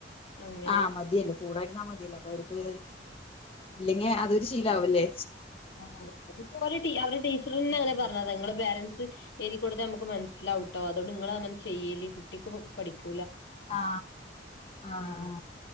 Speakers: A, on the left; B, on the left.
A: അങ്ങനെ
B: ആ മതിയല്ലേ കൂടതിരുന്നാ മതിയല്ല അപ്പൊ അവർക്ക് ഇല്ലെങ്കി അതൊരു ശീലവല്ലേ
A: ആ അ അത് ഇപ്പോ ഒലെ ടീച്ചറി അങ്ങനെ
B: ഉം
A: പറഞ്ഞ നിങ്ങള പേരൻസ് എഴതിൂടു നമുക്ക് മനസ്സിലാവൂട്ടോ അതുകൊണ്ട് നിങ്ങളനെ ചെയ്യല്ലി കുട്ടിക്ക് പടിക്ക്
B: ആ ആ
A: ഉം
B: ആ